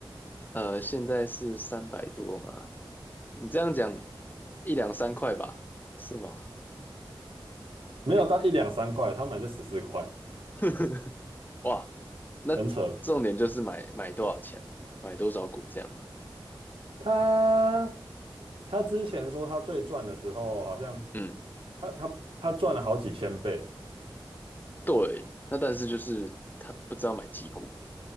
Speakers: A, on the left; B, on the right.
A: 呃，现在是三百多嘛？你这样讲，一两三块吧，是吗？
B: 没有到一两三块，他买在十四块，
A: <laughs> 哇，那重点就是买买多少钱，
B: 很扯。
A: 买多少股这样吧。
B: 他他之前说他最赚的时候，好像
A: 嗯，
B: 他他他赚了好几千倍，
A: 对。那但是就是他不知道买几股，